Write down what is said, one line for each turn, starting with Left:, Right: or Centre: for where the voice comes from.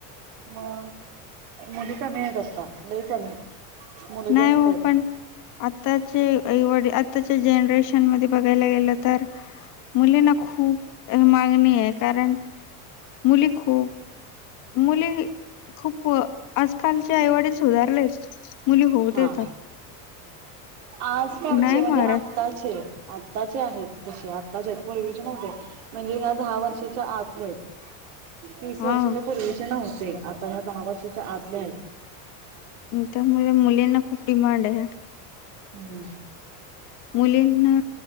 Right: मग मुली कमी आहेेत आता लई कमी. मुले जास्त
Left: नाही हो
Right: आहेत
Left: पण आताचे आई वडील आता जनरेशन मध्ये बघायला गेल तर मुलींना खूप मा आहे कारण मुली खूप मुली खूप आजकालच्या आईवडील सुधारलेत. मुली होऊ
Right: हा
Left: देतात.
Right: आजकालचे
Left: नाही
Right: म्हणजे
Left: मारत
Right: आत्ताचे. आत्ताचे आहेत तसे आत्ताचे आहेत पूर्वीचे नव्हते म्हणजे ह्या दहा वर्षाच्या आतल्या आहेत. तीस
Left: हा
Right: वर्षाच्या पूर्वीचे नव्हते आता ह्या दहा वर्षाच्या आतल्या आहेत.
Left: त्यामुळे मुलींना खूप डिमांड आहे.
Right: हम्म
Left: मुलींना